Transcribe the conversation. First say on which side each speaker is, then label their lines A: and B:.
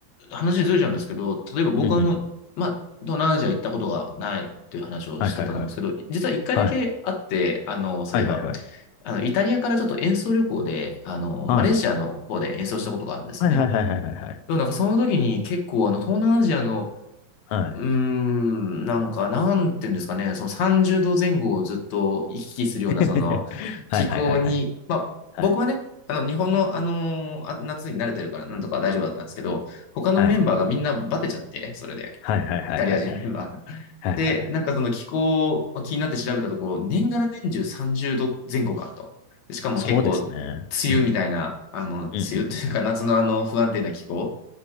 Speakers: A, on the left; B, on the left.
A: と話ずれちゃうんですけど、例えば僕はあの、
B: うんうんうん
A: まあ、東南アジア行ったことがないという話をしてたと思うんですけど、
B: はいはいはい。
A: 実は一回だけあって、
B: はい。
A: あの、そういえば、
B: はいはいはい。
A: あの、イタリアからちょっと演奏旅行で、あの、
B: はい。
A: マレーシアの方で演奏したことがあるんですね。
B: はいはいはいはいはいはい。
A: でもなんかその時に結構あの、東南アジアの
B: はい。
A: うーん、なんか、なんていうんですかね、その30度前後をずっと行き来するような、
B: <laughs>
A: その気候に、
B: はいはいはいはい。
A: まあ、
B: はい。
A: 僕はね、あの、日本の、あのーあ夏に慣れてるから、なんとか大丈夫だったんですけど、他のメンバーがみんなバテちゃって、
B: はい。
A: それで、
B: はいはいはいはいはい。
A: イタリア人メンバーが。
B: はいはいはい。
A: で、なんかその気候を気になって調べたところ、年がら年中30度前後かと。しかも結構、
B: そうですね。
A: 梅雨みたいな、
B: うん。
A: あの、
B: うんうんうん
A: 梅雨というか夏のあの不安定な気候